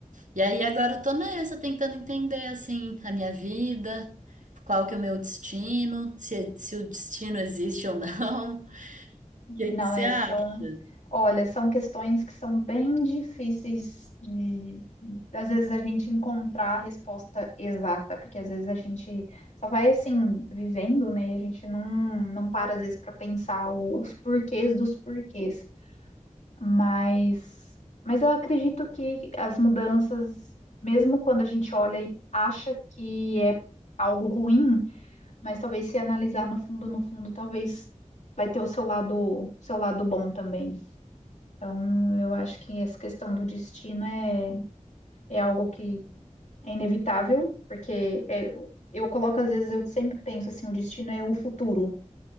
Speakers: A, on the right; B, on the left.
A: e aí agora eu tô nessa, tentando entender, assim, a minha vida, qual que é o meu destino, se, se o destino existe ou não. <laughs> O que
B: Não,
A: que você
B: é,
A: acha?
B: são, olha, são questões que são bem difíceis de, às vezes, a gente encontrar a resposta exata, porque às vezes a gente só vai, assim, vivendo, né? E a gente não, não para, às vezes, para pensar os porquês dos porquês. Mas, mas eu acredito que as mudanças, mesmo quando a gente olha e acha que é algo ruim, mas talvez se analisar no fundo, no fundo, talvez vai ter o seu lado, seu lado bom também. Então, eu acho que essa questão do destino é, é algo que é inevitável, porque é- eu coloco, às vezes, eu sempre penso assim, o destino é o futuro,